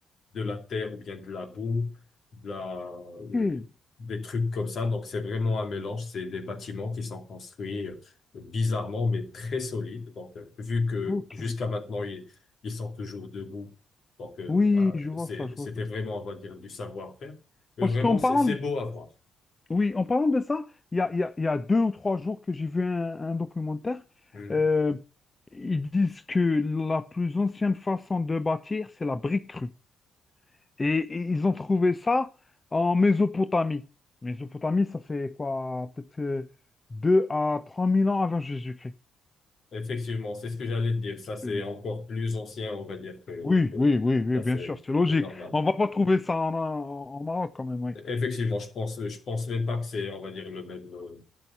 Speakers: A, on the left (about 55°); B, on the left (about 25°).
A: de la terre ou bien de la boue, de la, euh,
B: Ok.
A: des trucs comme ça. Donc c'est vraiment un mélange. C'est des bâtiments qui sont construits euh, bizarrement, mais très solides. Donc euh, vu que
B: Ok.
A: jusqu'à maintenant ils, ils sont toujours debout, donc euh,
B: Oui,
A: bah,
B: je vois
A: c'est,
B: ça, je vois
A: c'était
B: ça.
A: vraiment, on va dire, du savoir-faire. Mais
B: Parce
A: vraiment,
B: qu'en parlant,
A: c'est c'est
B: de-
A: beau à voir.
B: oui, en parlant de ça, il y a, il y a- il y a deux ou trois jours que j'ai vu un, un documentaire.
A: Mmh.
B: euh, ils disent que la plus ancienne façon de bâtir, c'est la brique crue. Et, et ils ont trouvé ça en Mésopotamie. Mésopotamie, ça fait quoi? Peut-être euh, deux à trois mille ans avant Jésus-Christ.
A: Effectivement, c'est ce que j'allais te dire. Ça, c'est
B: Euh,
A: encore plus ancien, on va dire, que,
B: Oui,
A: que
B: oui, oui, oui,
A: ça,
B: bien
A: c'est,
B: sûr, c'est logique.
A: c'est normal.
B: On va pas trouver ça en, en- en Maroc quand même, oui.
A: Effectivement, je pense, je pense même pas que c'est, on va dire, le même, euh,